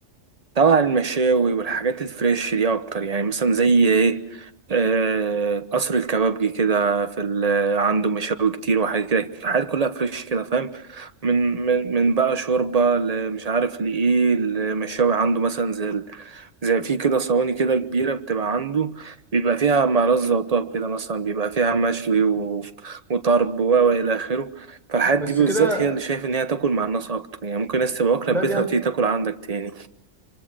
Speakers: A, on the right; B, in the centre.
A: طبعا المشاوي والحاجات الفريش دي اكتر يعني مثلا زي ايه آه، قصر الكبابجي كده في ال- عنده مشاوي كتير وحاجات كده الحاجات كلها فريش كده فاهم من من من بقى شوربة مش عارف لإيه المشاوي عنده مثلا زي ال- زي في كده صواني كده كبيرة بتبقى عنده بيبقى فيها مع وطاب كده مثلا بيبقى فيها مشوي و- وطرب و و إلى آخره فالحاجات
B: بس
A: دي بالذات
B: كده
A: هي اللي شايف إن هي تاكل مع الناس أكتر يعني ممكن ناس تبقى واكلة
B: لا
A: في بيتها
B: دي هت...
A: وتيجي تاكل عندك تاني